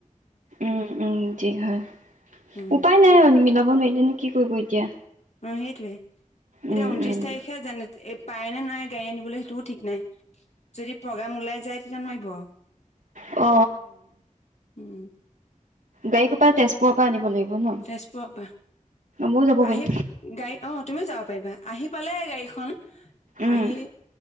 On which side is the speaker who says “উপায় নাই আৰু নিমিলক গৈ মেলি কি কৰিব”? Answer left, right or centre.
Right